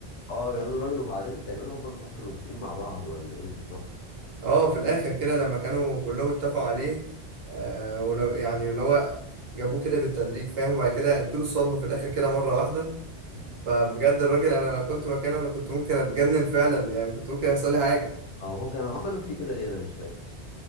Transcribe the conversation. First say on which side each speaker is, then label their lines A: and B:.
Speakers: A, on the left (about 80°); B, on the right (about 60°).
A: اه جنون راجل وبعدين تقريبا هم مش عارف كانوا متفقين مع بعض ولا ايه بالظبط
B: اه في الاخر كده لما كانوا كلهم اتفقوا عليه آه ولو يعني اللي هو جابوه كده بالتدريج فاهم وبعد كده ادوا له الصدمه في الاخر كده مره واحده
A: مم.
B: فبجد الراجل انا لو كنت مكانه انا كنت ممكن اتجنن فعلا يعني كنت ممكن يحصل لي حاجه
A: او هو كانوا عملوا فيه كده ليه انا مش فاكر